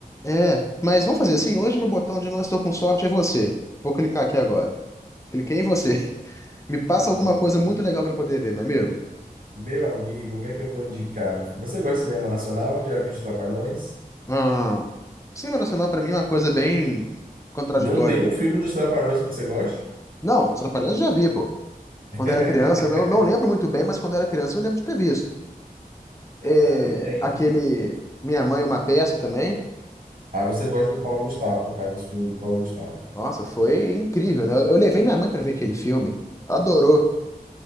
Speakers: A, on the left; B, on the right.
A: É, mas vamos fazer assim. Hoje meu botão de não estou com sorte é você. Vou clicar aqui agora. Cliquei em você. <laughs> Me passa
B: Ó,
A: alguma
B: pra
A: coisa
B: isso.
A: muito legal para poder ver, meu amigo.
B: Meu amigo, o que é que eu vou indicar? meu filho? Você gosta de cinema nacional? Já viu os Trapalhões?
A: Ah, cinema nacional para mim é uma coisa bem contraditória.
B: Não tem um filme dos Trapalhões que você goste?
A: Não, Os Trapalhões eu já vi, pô.
B: <laughs>
A: Quando era criança, eu não, não lembro muito bem, mas quando era criança eu lembro de ter visto. É,
B: Ah, tem.
A: aquele Minha Mãe é uma Peça também.
B: Ah, você gosta do Paulo Gustavo, no caso dos filmes do Paulo Gustavo.
A: Nossa, foi incrível, né? Eu levei minha mãe para ver aquele filme. Ela Adorou.